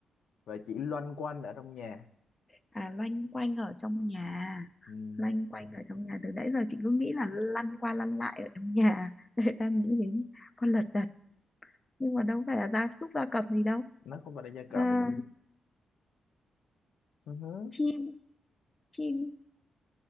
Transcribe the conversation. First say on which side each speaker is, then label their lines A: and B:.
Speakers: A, on the left (about 80°); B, on the left (about 20°).
A: và chỉ loanh quanh ở trong nhà
B: à loanh quanh ở trong nhà
A: ừ.
B: loanh quanh ở trong nhà từ nãy giờ chị cứ nghĩ là lăn qua lăn lại ở trong nhà <laughs> Đấy, đang nghĩ đến con lật đật nhưng mà đâu phải là gia súc gia cầm gì đâu
A: nó không phải là gia
B: à,
A: cầm Ừ. hứ.
B: chim chim